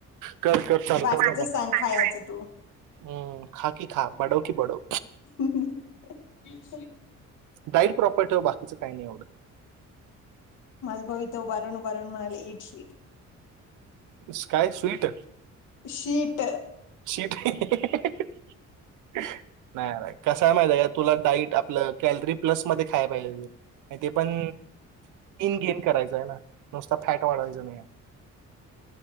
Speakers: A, on the right; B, on the left.
A: कर कर चालू
B: बाकीच
A: बाबा हम्म
B: सांग खायचं तू
A: खा की खा. वाढव की वाढव.
B: <unintelligible>
A: डाईट प्रॉपर्टी बाकीचं काही नाही एवढं.
B: माझा भाव हित उभा राहून राहून म्हणाले eat sheet
A: sky sweet.
B: Sheet
A: sheet. <unintelligible> नाही कसा आहे माहि या तुला डाईट आपलं कॅलरी प्लस मध्ये खायला पाहिजे आणि ते पण गेन करायचं आहे ना नुसता फॅट वाढवायच नाही.